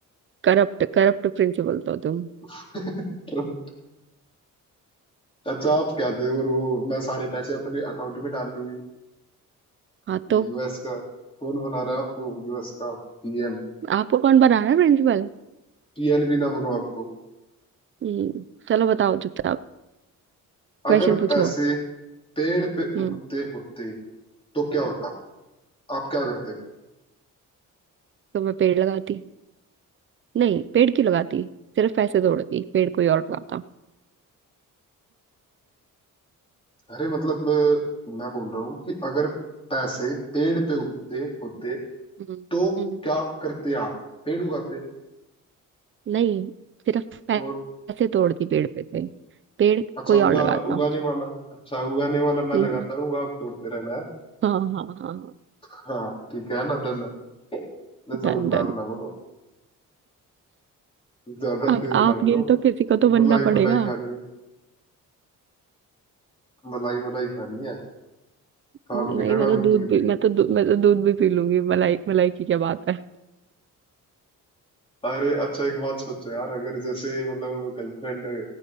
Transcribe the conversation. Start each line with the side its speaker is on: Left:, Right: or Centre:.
Right: करप्ट करप्ट प्रिंसिपल तो तुम
Left: <laughs> अच्छा आप क्या थे और वो मैं सारे पैसे अपने अकाउंट में डाल लूंगी
Right: हाँ तो
Left: यूएस का कौन बना रहा है आपको यूएस का पीएम
Right: आपको कौन बना रहा है प्रिंसिपल
Left: पीएन भी ना बनो आप तो
Right: हम्म चलो बताओ चुपचाप
Left: अगर
Right: क्वेश्चन पूछो
Left: पैसे पेड़ पे
Right: हम्म
Left: उगते होते तो क्या होता आप क्या करते
Right: तो मैं पेड़ लगाती नहीं पेड़ क्यों लगाती सिर्फ पैसे तोड़ती पेड़ कोई और लगाता
Left: अरे मतलब अ, मैं बोल रहा हूँ कि अगर पैसे पेड़ पे उगते होते
Right: हम्म
Left: तो
Right: हम्म,
Left: क्या करते आप पेड़ उगाते
Right: नहीं सिर्फ पै-
Left: और
Right: पैसे तोड़ती पेड़ पे थे पेड़
Left: अच्छा
Right: कोई
Left: उगा
Right: और लगाता
Left: उगाने वाला अच्छा उगाने वाला मैं
Right: हम्म,
Left: लगाता रहूंगा आप तोड़ते रहना है
Right: हाँ हाँ हाँ हाँ।
Left: हाँ ठीक है ना धन इतने समझदार
Right: Done done
Left: ना बनो ज्यादा
Right: अब
Left: तेज
Right: आप
Left: ना बनो
Right: नहीं हो तो किसी को तो बनना
Left: मलाई
Right: पड़ेगा
Left: मलाई खानी है मलाई मलाई खानी है काम
Right: नहीं
Left: नहीं करना
Right: मैं तो
Left: बिल्कुल
Right: दूध भी
Left: भी
Right: मैं तो दू, मैं तो दूध भी पी लूंगी मलाई मलाई की क्या बात है
Left: अरे अच्छा एक बात सोचो यार अगर जैसे मतलब गर्लफ्रेंड